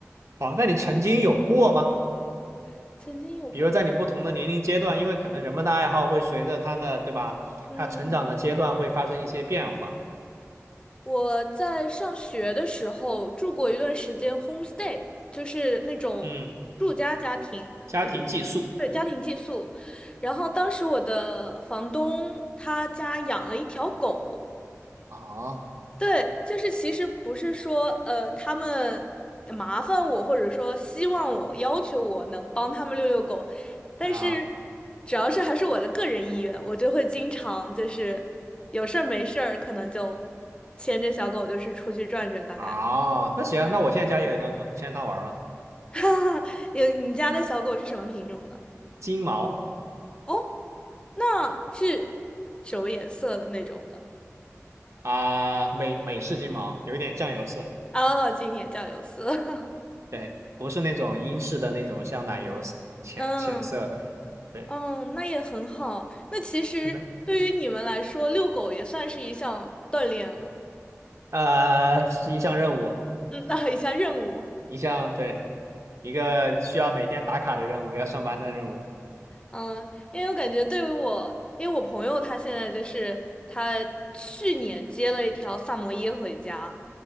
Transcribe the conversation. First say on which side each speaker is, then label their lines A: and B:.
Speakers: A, on the right; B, on the left.
A: 哦，那你曾经有过吗？
B: <laughs> 曾经有过，
A: 比如在你不同的年龄阶段，因为可能人们的爱好会随着他的，对吧？
B: 嗯。
A: 他成长的阶段会发生一些变化。
B: 我在上学的时候住过一段时间 homestay，就是那种住家家庭，
A: 嗯，家庭寄宿。
B: 呃住，对，家庭寄宿。然后当时我的房东他家养了一条狗，
A: 哦，
B: 对，就是其实不是说呃他们麻烦我，或者说希望我、要求我能帮他们遛遛狗，但是只要是还是我的个人意愿，
A: 那
B: 我就会经常就是有事儿没事儿，可能就牵着小狗就是出去转转，大概。
A: 啊，那行，那我现在家里有一条狗，你牵它玩儿吧，
B: <laughs> 有你家的小狗是什么品种呢？
A: 金毛
B: 哦，那是什么颜色的那种的？
A: 啊，美美式金毛，有一点酱油色。
B: 哦，今天叫有色。
A: 对，不是那种英式的那种像奶油色浅浅色的，
B: <laughs> 嗯。
A: 对，
B: 嗯，那也很好。那其实对于你们来说，
A: 是的，
B: 遛狗也算是一项锻炼了。
A: 呃，是一项任务，
B: 嗯，啊，一项任务。
A: 一项对，一个需要每天打卡的任务，要上班的任务。
B: 嗯，因为我感觉对于我，因为我朋友他现在就是他去年接了一条萨摩耶回家，